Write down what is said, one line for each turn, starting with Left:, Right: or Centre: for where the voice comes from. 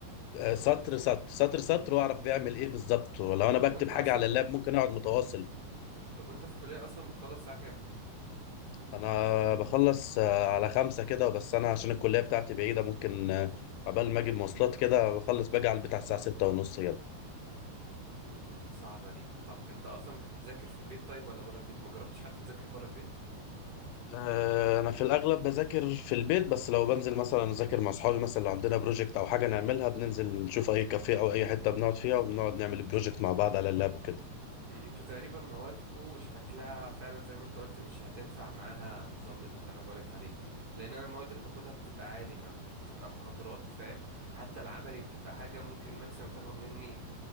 Left: آه، سطر سطر سطر سطر واعرف
Right: طب
Left: بيعمل ايه بالظبط ولو
Right: طب
Left: انا
Right: طب
Left: بكتب
Right: وانت
Left: حاجه
Right: اصلا
Left: على اللاب ممكن اقعد متواصل
Right: مم. طب وانت في الكليه اصلا بتخلص الساعه كام
Left: انا بخلص آه، على خمسة كده بس انا عشان الكلية بتاعتي بعيدة ممكن آه، عبال ما اجيب مواصلات كده بخلص باجي على البيت على الساعة ستة ونص كده
Right: دي دي صعبة دي طب انت اصلا بتذاكر في البيت طيب ولا برا البيت ما جربتش حتى تذاكر برا البيت
Left: آه، انا في الاغلب بذاكر في البيت بس لو بنزل مثلا اذاكر مع اصحابي مثلا لو عندنا بروجكت او حاجة نعملها بننزل نشوف اي كافيه او اي حتة بنقعد فيها وبنقعد نعمل البروجكت مع بعض على اللاب وكده
Right: م- انتوا تقريبا موادكو شكلها فعلا زي ما انت قلت مش هتنفع معاها النظام اللي انا بقولك عليه لان انا المواد اللي باخدها بتبقى عادي ما بتبقى محاضرات فاهم حتى العملي بتبقى حاجة ممكن ماكسيموم تاخد مني